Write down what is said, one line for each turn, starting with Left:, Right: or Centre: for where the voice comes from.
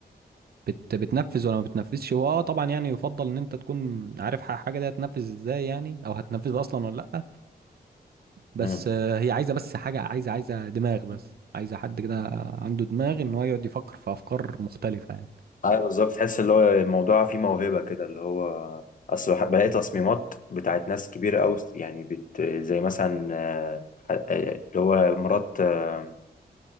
Right: بت بتنفذ ولا ما بتنفذش هو اه طبعا يعني يفضل ان انت تكون عارف ح- حاجه دي هتنفذ ازاي يعني او هتنفذها اصلا ولا لا بس
Left: مم.
Right: آه، هي عايزه بس حاجه عايزه عايزه دماغ بس عايزه حد كده عنده دماغ ان هو يقعد يفكر في افكار مختلفه يعني
Left: ايوه بالظبط تحس اللي هو الموضوع فيه موهبة كده اللي هو اصل بح- بلاقي تصميمات بتاعت ناس كبيرة قوي يعني بت... زي مثلا آه، ح- آه، اللي هو مرات آه،